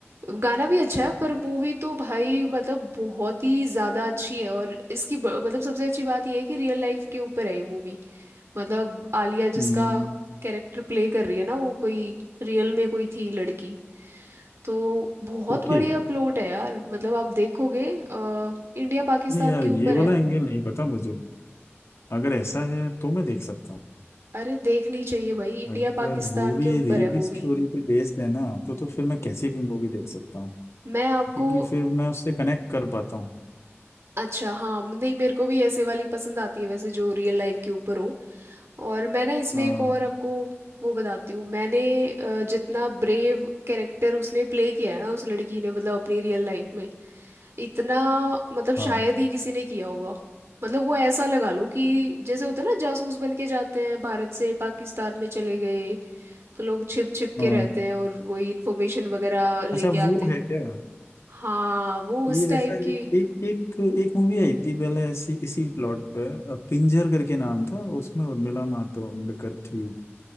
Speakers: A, on the right (about 65°); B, on the left (about 70°).
A: गाना भी अच्छा है पर मूवी तो भाई मतलब बहुत ही ज़्यादा अच्छी है और इसकी ब- मतलब सबसे अच्छी बात यह है कि रियल लाइफ के ऊपर है ये मूवी मतलब आलिया
B: हम्म
A: जिसका कैरेक्टर प्ले कर रही है ना वो कोई रियल में कोई थी लड़की तो बहुत
B: ओके
A: बढ़िया प्लॉट है यार मतलब आप देखोगे अ, इंडिया पाकिस्तान
B: नहीं यार
A: के
B: ये
A: ऊपर है
B: वाला एंगल नहीं पता मुझे अगर ऐसा है तो मैं देख सकता हूँ
A: अरे देखनी चाहिए भाई इंडिया
B: अगर
A: पाकिस्तान
B: मूवी
A: के ऊपर
B: रियल
A: है मूवी
B: स्टोरी पे बेस्ड है ना तो तो फिर मैं कैसी भी मूवी देख सकता हूँ
A: मैं आपको
B: क्योंकि फिर मैं उससे कनेक्ट कर पाता हूँ
A: अच्छा हाँ नहीं मेरे को भी ऐसे वाली पसंद आती है वैसे जो रियल लाइफ के ऊपर हो और मैं ना इसमें
B: हाँ
A: एक और आपको वो बताती हूँ मैंने अ, जितना ब्रेव कैरेक्टर उसने प्ले किया है ना उस लड़की ने मतलब अपनी रियल लाइफ में इतना मतलब
B: हाँ
A: शायद ही किसी ने किया होगा मतलब वो ऐसा लगा लो कि जैसे होता है ना जासूस बन के जाते हैं भारत से पाकिस्तान में चले गए तो लोग छिप छिप
B: हाँ
A: के रहते हैं और वही इंफॉर्मेशन वगैरह लेके
B: अच्छा वो
A: आते
B: है क्या
A: हाँ वो
B: ये
A: उस टाइप
B: ऐसा
A: की
B: एक एक एक एक मूवी आई थी पहले ऐसी इसी प्लॉट पे अ, पिंजर करके नाम था उसमें उर्मिला मातोंडकर थी